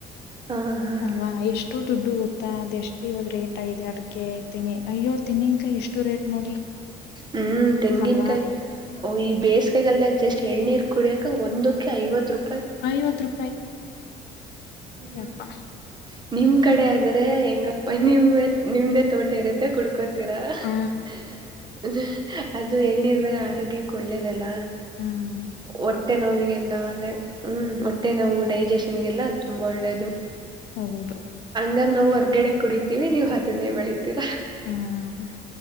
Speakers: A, on the right; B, on the left.
A: ಹಾ ಹಾ
B: ಅಲ್ವಾ ಎಷ್ಟು ದುಡ್ಡು ಗೊತ್ತಾ ಅದೆ ಎಷ್ಟು ಇವಾಗ ರೇಟ್ ಆಗಿದೆ ಅಡಕೆ ತೆಂಗಿ ಅಯ್ಯೋ ತೆಂಗಿನ್ಕಾಯಿ ಎಷ್ಟು ರೇಟ್ ನೋಡಿ
A: ಹ್ಮ್ ತೆಂಗಿನಕಾಯಿ
B: ಅಲ್ವಾ
A: ಈ ಬೇಸಿಗೆಗಾಲದಲ್ಲಿ ಜಸ್ಟ್ ಎಳನೀರು ಕುಡಿಯಕ ಒಂದಕ್ಕೆ ಐವತ್ತು ರೂಪಾಯಿ
B: ಐವತ್ತು ರೂಪಾಯಿ
A: ಹ್ಮ್
B: ಎಪ್ಪಾ <unintelligible>
A: ನಿಮ್ ಕಡೆ ಆದ್ರೆ ಹೆಂಗ ನಿ ನಿಮ್ದೇ ತೋಟ ಇರುತ್ತೆ ಕುಡ್ <unintelligible> <unintelligible> ಕುಡುಕೋತೀರ
B: ಹ
A: <unintelligible> ಅದು ಎಳನೀರು ಮೇಲೆ ಆರೋಗ್ಯಕ್ಕೆ ಒಳ್ಳೇದಲ್ಲ
B: ಹ್ಮ್
A: ಹೊಟ್ಟೆ ನೋವಿಗೆಲ್ಲ ಅಂದ್ರೆ ಹ್ಮ್ ಹೊಟ್ಟೆ ನೋವು ಡೈಜೆಷನ್ಗೆಲ್ಲ ತುಂಬಾ ಒಳ್ಳೇದು
B: ಹೌದು
A: ಇದಾಗ ನಾವು ಹೊರ್ಗಡೆ ಕುಡಿತೀವಿ ನೀವು ಅದನ್ನೇ ಬೆಳಿತೀರಾ
B: ಹ್ಮ್